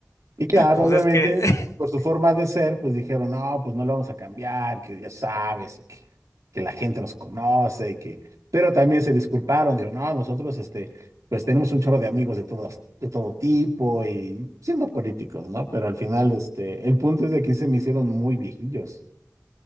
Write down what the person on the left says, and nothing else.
Pues
es que, <laughs>